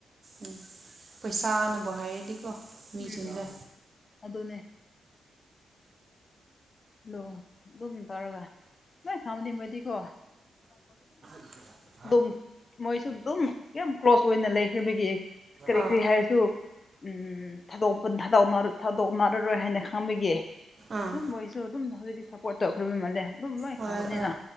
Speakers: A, on the right; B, on the left.
A: ꯎꯝ ꯄꯩꯁꯥꯅꯕꯨ ꯍꯥꯏꯔꯗꯤꯀꯣ ꯃꯤꯁꯤꯡꯁꯦ
B: ꯎꯝ ꯑꯗꯨꯅꯦ ꯑꯗꯣ ꯑꯗꯨꯝ ꯇꯧꯔꯒ ꯂꯣꯏ ꯈꯪꯕꯗꯤ ꯃꯣꯏꯗꯤꯀꯣ
A: <unintelligible>
B: ꯗꯨꯝ ꯃꯣꯏꯁꯨ ꯗꯨꯝ ꯌꯥꯝ ꯀ꯭ꯂꯣꯁ ꯑꯣꯏꯅ ꯂꯩꯈ꯭ꯔꯕꯒꯤ ꯀꯔꯤ
A: ꯑꯥ
B: ꯀꯔꯤ ꯍꯥꯏꯔꯁꯨ ꯎꯝ ꯊꯥꯗꯣꯛꯄ ꯊꯥꯗꯣꯛꯅ ꯊꯥꯗꯣꯛꯅꯔꯔꯣꯏ ꯍꯥꯏꯅ ꯈꯪꯕꯒꯤ
A: ꯑꯥ
B: ꯗꯨꯝ ꯃꯣꯏꯁ ꯑꯗꯨꯝ ꯍꯧꯖꯤꯛꯇꯤ ꯁꯞꯄꯣꯔꯠ ꯇꯧꯈ꯭ꯔꯕ ꯃꯜꯂꯦ ꯑꯗꯨꯝ ꯂꯣꯏ
A: ꯍꯣꯏ
B: ꯈꯪꯕꯅꯤꯅ
A: ꯍꯣꯏ